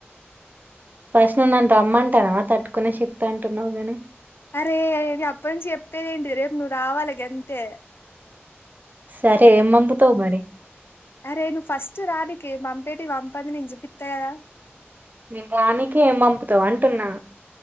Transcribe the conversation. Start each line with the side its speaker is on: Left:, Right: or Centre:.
Right: ఫస్ట్ నన్ను రమ్మంటానమ తట్టుకునే శక్తి అంటున్నావు గాని.
Left: అరే అప్ప నుంచి చెప్పేదేంటి రేపు నువ్వు రావాలి అంతే.
Right: సరే ఏం పంపుతావు మరి.
Left: అరే నువ్వు ఫస్ట్ రా నీకు మంపేటి పంపదిని చూపిస్తాయి కదా.
Right: మేము రానికి ఏం పంపుతావు అంటున్నా.